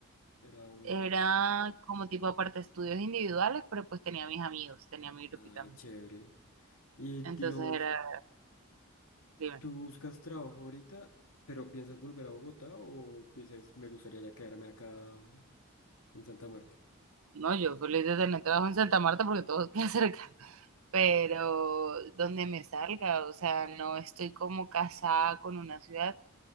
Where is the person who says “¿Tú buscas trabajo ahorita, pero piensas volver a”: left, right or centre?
Left